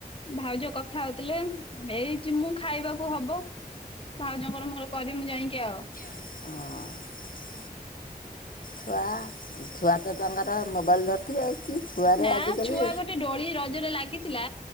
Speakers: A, on the left; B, on the left.
A: ଭାଉଜ କଥା ହଉଥିଲେ ଏଇ ଜି ମୁଁ ଖାଇବାକୁ ହବ। ଭଉଜଙ୍କର ମୋର କରିମୁଁ ଯାଇକି ଆଉ।
B: ହଁ। ପା ଛୁଆ ତ ତାଙ୍କର ମୋବାଇଲ୍ ଧରିଥିବେ। କି ଛୁଆରେ
A: ନା
B: ଆଜିକାଲି
A: ଛୁଆ ଗୋଟେ ଡୋଳି ରଜରେ ଲାଗିଥିଲା।